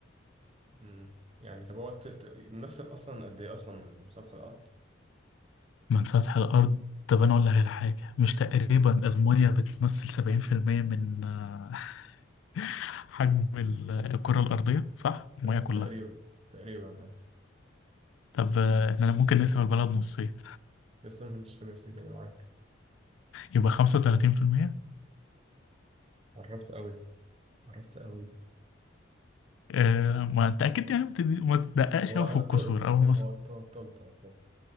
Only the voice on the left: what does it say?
من سطح الأرض طب أنا أقول لك على
حاجة مش تقريبا المية بتمثل سبعين في المية من آه، <laughs> حجم ال- الكرة الأرضية صح؟ المية
كلها
طب آه، إحنا ممكن نقسم البلد نصين
يبقى خمسة وتلاتين في المية
آه، ما أنت أكيد يعني ما بتدي- ما تدققش
أوي
في الكسور
أو
مثلا